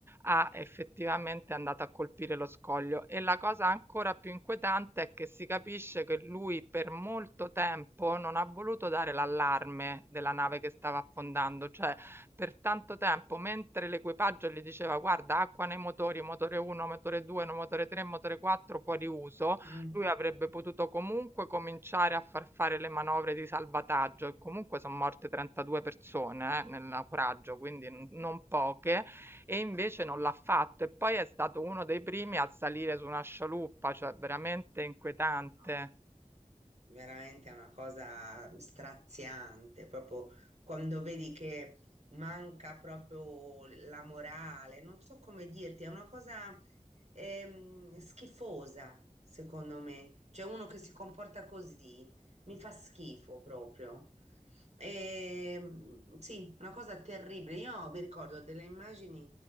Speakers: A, on the right; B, on the right.
A: ha effettivamente è andato a colpire lo scoglio e la cosa ancora più inquietante è che si capisce che lui per molto tempo non ha voluto dare l'allarme della nave che stava affondando, cioè per tanto tempo mentre l'equipaggio gli diceva guarda acqua nei motori, motore 1, motore 2, no, motore 3, motore 4 fuori uso,
B: Mm.
A: lui avrebbe potuto comunque cominciare a far fare le manovre di salvataggio e comunque son morte 32 persone, eh, nel naufragio, quindi n non poche, e invece non l'ha fatto. E poi è stato uno dei primi a salire su una scialuppa, cioè veramente inquietante.
B: No. Veramente è una cosa straziante, proprio quando vedi che manca proprio la morale, non so come dirti, è una cosa ehm, schifosa, secondo me. Cioè uno che si comporta così mi fa schifo proprio. Ehm, sì, una cosa terribile. Io mi ricordo delle immagini